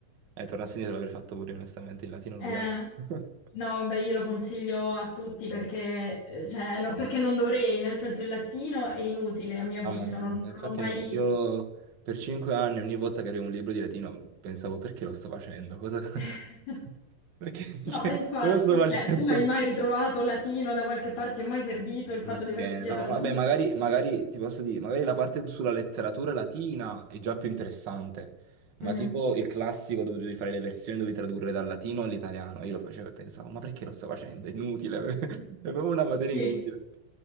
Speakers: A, on the right; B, on the left.
A: Eh, tornassi indietro l'avrei fatto pure, onestamente, il latino lo
B: Eh,
A: odiavo. <laughs>
B: no, beh, io lo consiglio a tutti perché, eh, cioè, no, perché non dovrei, nel senso il latino è inutile a mio avviso,
A: Mamma mia,
B: non, non
A: infatti
B: l'ho mai...
A: non- io per cinque anni ogni volta che avevo un libro di latino pensavo perché lo sto facendo? Cosa,
B: <laughs>
A: <laughs> perché, perché-
B: No, infatti,
A: cosa sto facendo?
B: cioè, tu hai mai ritrovato latino da qualche parte? Ti è mai servito il fatto
A: Ok,
B: di aver studiato
A: no,
B: latino?
A: vabbè, magari, magari ti posso dire, magari la parte sulla letteratura latina è già più interessante, ma
B: Mm,
A: tipo il classico dove devi fare le versioni, devi tradurre dal latino all'italiano. Io lo facevo e pensavo, ma perché lo sto facendo? È inutile, <laughs> è proprio una materia
B: sì.
A: inutile.